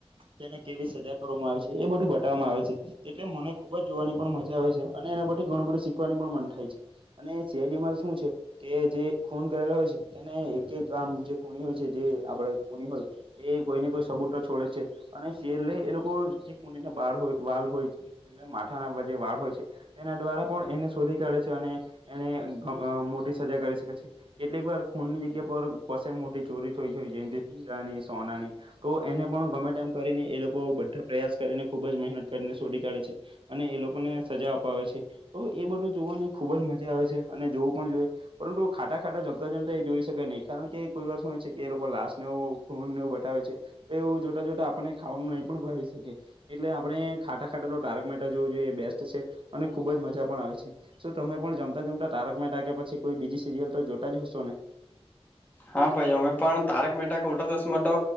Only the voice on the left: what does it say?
હા ભાઈ અમે પણ તારક મહેતા કા ઉલ્ટા ચશ્મા તો